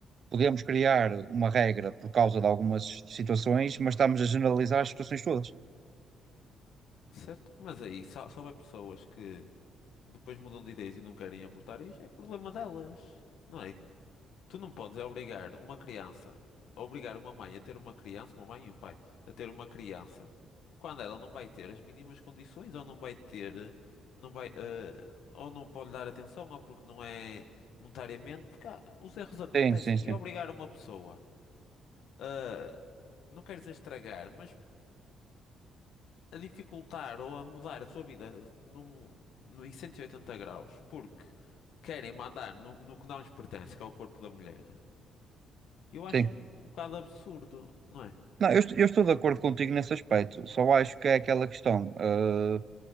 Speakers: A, on the right; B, on the left.
A: podemos criar uma regra por causa de algumas situações, mas estamos a generalizar as situações todas.
B: certo? Mas aí, só, só vai pessoas que depois mudam de ideias e não querem abortar, isso é problema delas, não é? Tu não podes é obrigar uma criança, obrigar uma mãe a ter uma criança, uma mãe e um pai, a ter uma criança, quando ela não vai ter as mínimas condições, ou não vai ter, não vai, eh, ou não pode dar atenção, ou porque não é monetariamente, porque há- os erros acontecem.
A: Sim, sim, sim.
B: E obrigar uma pessoa, a não quero dizer estragar, mas a dificultar ou a mudar a sua vida num, num, em 180 graus, porque querem mandar no, no que não lhes pertence, que é o corpo da mulher. Eu acho
A: Sim.
B: um, um bocado absurdo, não é?
A: Não, eu, est- eu estou de acordo contigo nesse aspecto. Só acho que é aquela questão. eh,